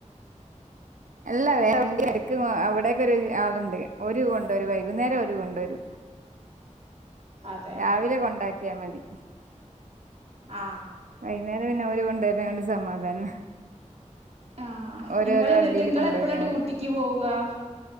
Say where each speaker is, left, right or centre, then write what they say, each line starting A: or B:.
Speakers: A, on the right; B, on the right.
A: എല്ലാ വേറെരക്ക് അവിടെക്കെ ഒരു ആളുണ്ട് ഒരു കൊണ്ട ഒരു വൈകുന്നേരം രും
B: അതെ
A: രാവിലെ കൊണ്ടാക്കിയാ മതി
B: ആ
A: വൈകുന്നേരം പിന്നെ ഒര് കൊണ്ടരുന്നണ്ട് സമാധാനം
B: ആഹ്
A: ഓരോരോ
B: ഇങ്ങള്
A: വണ്ടിയില്
B: എന്നിട്ട് ഇങ്ങള്
A: കൊണ്ടുവരുമോ
B: എപ്പളാ ഡ്യൂട്ടിക്ക്
A: അതെ
B: പോവാ